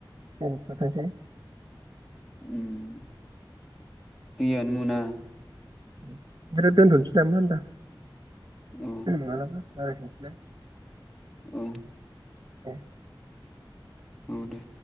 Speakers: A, on the right; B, in the centre.
A: उम थाथोंसै
B: उम दैयानो मोना।
A: ओमफ्राय दा दोनथ'नोसै नामा होनदां
B: औ
A: मालाबा रायज्लायफिनसैय। <unintelligible>
B: ओं।
A: ए
B: औ दे